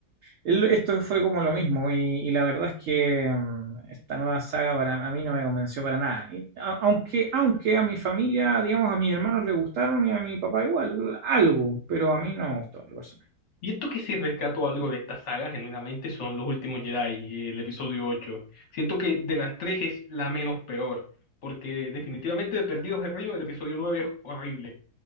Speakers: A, on the right; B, on the left.
A: El- Esto fue como lo mismo y, y la verdad es que mm, esta nueva saga para a mí no me convenció para nada. Y a- aunque, aunque a mi familia, digamos, a mis hermanos les gustaron y a mi papá igual, algo, pero a mí no me gustó. en lo personal.
B: Siento que si rescato algo de esta saga, genuinamente son los últimos Jedi, el episodio ocho Siento que de las tres es la menos peor, porque definitivamente de Perdidos en Río el episodio 9 es horrible.